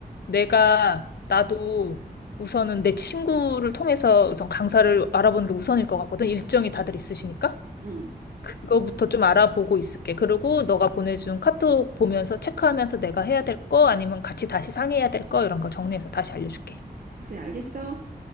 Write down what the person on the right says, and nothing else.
응.
그래, 알겠어?